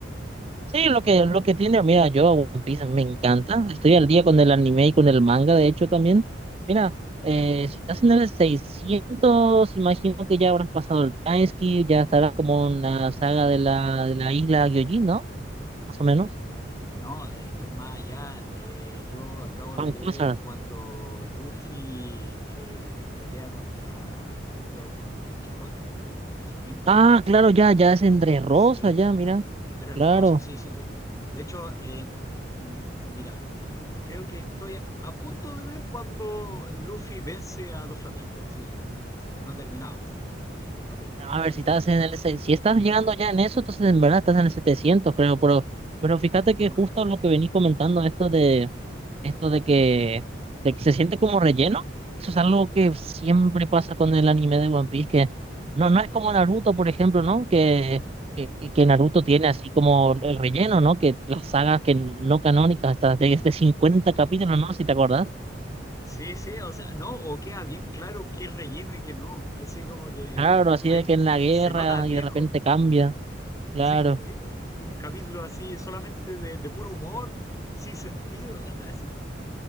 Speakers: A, on the right (about 30°); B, on the left (about 15°).
A: Sí, lo que, lo que tiene, mira, yo a One Piece me encanta. Estoy al día con el anime y con el manga, de hecho, también. Mira, eh,
B: Ya.
A: si estás en el 600, imagino que ya habrán pasado el Timeskip, ya estará como en la saga de la, de la isla Gyojin, ¿no? Más o menos.
B: No, estoy más allá. Eh, yo acabo
A: Phantom
B: de ver
A: Hazard.
B: cuando Luffy eh, pelea contra Don, Don Quijote, Don Flamingo.
A: Ah, claro, ya, ya es entre Rosa,
B: Sí,
A: ya, mira.
B: Tres
A: Claro.
B: Rosas, sí, sí, sí. De hecho, eh, mm, mira, creo que estoy a, a punto de ver cuando Luffy vence a Don Flamingo. Así, no ha terminado así, la pelea.
A: A ver, si estás en el, se- si estás llegando ya en eso, entonces en verdad estás en el 700, creo, pero, pero fíjate
B: Ah,
A: que justo lo que venís comentando, esto de esto de que, de que se siente como relleno. Eso es algo que siempre pasa con el anime de One Piece, que no, no es como Naruto, por ejemplo, ¿no? Que, que, que Naruto tiene así como el relleno, ¿no? Que las sagas que no canónicas, hasta de, de 50 capítulos, ¿no? Si te acordás.
B: Sí, sí, o sea, no, o queda bien claro qué es relleno y qué no. Así como que
A: Claro, así
B: hay,
A: de que en la guerra
B: se nota lejos.
A: y de repente cambia. Claro.
B: Sí, o- un capítulo así solamente de, de puro humor, sin sentido, <laughs> así.